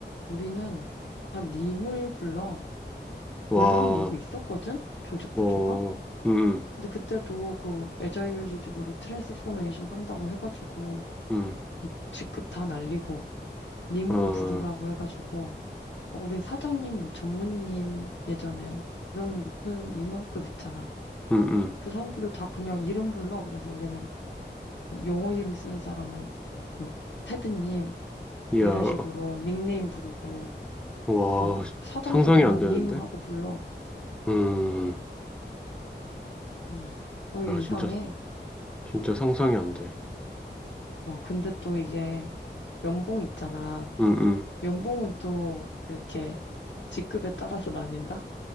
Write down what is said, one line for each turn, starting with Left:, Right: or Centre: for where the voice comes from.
Left: 우리는 다 님을 불러.
Centre: 와,
Left: 원래는 이거 있었거든? 조직 구조가?
Centre: 어, 음, 음,
Left: 근데 그때도 그 애자일 조직으로 트랜스포메이션 한다고 해가지고
Centre: 음,
Left: 직급 다 날리고 님으로
Centre: 어,
Left: 부르라고 해가지고 어, 우리 사장님, 뭐 전무님 예전에 그런 높은 임원급 있잖아.
Centre: 음, 음.
Left: 그 사람들도 다 그냥 이름 불러. 그래서 우리는 뭐 영어 이름 쓰는 사람은 뭐 테드님
Centre: 야,
Left: 이런 식으로 닉네임 부르고
Centre: 와,
Left: 어, 사장도
Centre: 상상이
Left: 그냥
Centre: 안 되는데?
Left: 님하고 불러.
Centre: 음,
Left: 음. 어, 이거
Centre: 야,
Left: 이상해.
Centre: 진짜, 진짜 상상이 안 돼.
Left: 어, 근데 또 이게 연봉 있잖아.
Centre: 음, 음.
Left: 연봉은 또 이렇게 직급에 따라서 나뉜다?